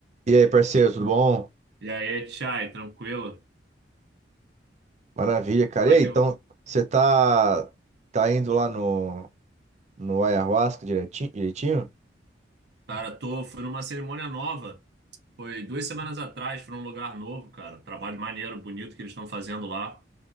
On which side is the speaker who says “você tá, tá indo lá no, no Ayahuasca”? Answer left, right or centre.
Right